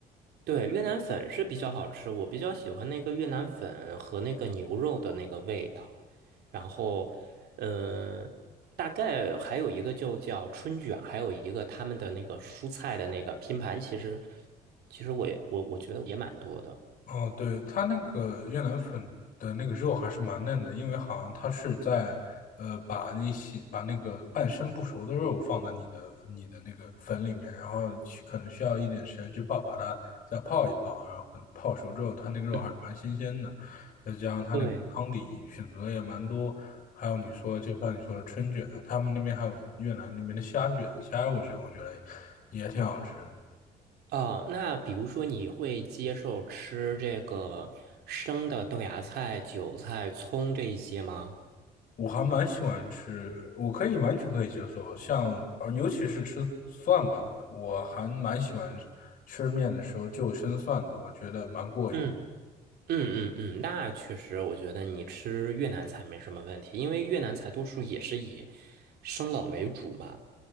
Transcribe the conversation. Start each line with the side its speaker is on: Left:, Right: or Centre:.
Right: 对，越南粉是比较好吃，我比较喜欢那个越南粉和那个牛肉的那个味道。然后，嗯，大概还有一个就叫春卷，还有一个他们的那个蔬菜的那个拼盘，其实其实我也我我觉得也蛮多的。
Left: 哦，对，它那个越南粉的那个肉还是蛮嫩的，因为好像它是在呃把那些把那个半生不熟的肉放在你的你的那个粉里面，然后去可能需要一点时间去泡，把它再泡一泡，然后可能泡熟之后，它那个肉还是蛮新鲜的，
Right: 嗯，
Left: 再加上它那个汤底选择也蛮多，
Right: 对，
Left: 还有你说就像你说的春卷啊，他们那边还有越南那边的虾卷、虾肉卷，我觉得也挺好吃的。
Right: 哦，那比如说你会接受吃这个生的豆芽菜、韭菜、葱这一些吗？
Left: 我还蛮喜欢吃，我可以完全可以接受，像呃尤其是吃蒜吧，我还蛮喜欢吃面的时候就生蒜的，我觉得蛮过瘾。
Right: 嗯嗯嗯嗯，那确实，我觉得你吃越南菜没什么问题，因为越南菜多数也是以生冷为主嘛，